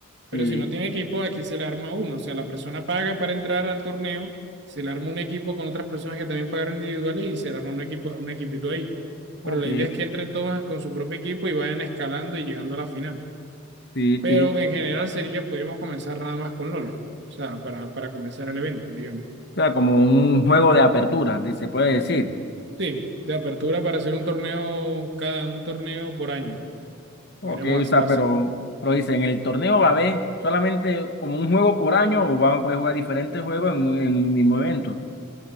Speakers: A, on the right (about 55°); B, on the left (about 50°).
A: Pero
B: Sí.
A: si no tiene equipo, aquí se le arma uno. O sea, la persona paga para entrar al torneo, se le arma un equipo con otras personas que también pagaron individuales y se le arma un equipo, un equipito ahí. Pero
B: Ok,
A: la idea es que entren todos con su propio equipo y vayan escalando y llegando a la final.
B: sí,
A: Pero
B: sí,
A: en general sería, podríamos comenzar nada más con LOL. O sea, para, para comenzar el evento, digamos.
B: o sea, como un juego de apertura, di- se puede decir.
A: Sí, de apertura para hacer un torneo, cada un torneo por año.
B: Ok,
A: Podríamos hacerlo
B: o sea, pero,
A: así.
B: pero dice, ¿en el torneo va a haber solamente como un juego por año o van a poder jugar diferentes juegos en un, en un mismo evento?